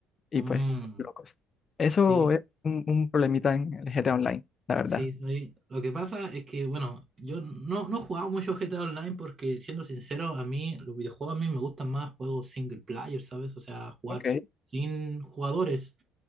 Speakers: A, on the left; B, on the right.
A: y
B: Mm,
A: pues, locos. Eso
B: sí,
A: es un, un problemita en el GTA Online, la verdad.
B: sí, sí. Lo que pasa es que, bueno, yo no, no he jugado mucho GTA Online porque, siendo sincero, a mí, los videojuegos a mí me gustan más juegos single player, ¿sabes? O sea, jugar
A: Ok,
B: sin jugadores.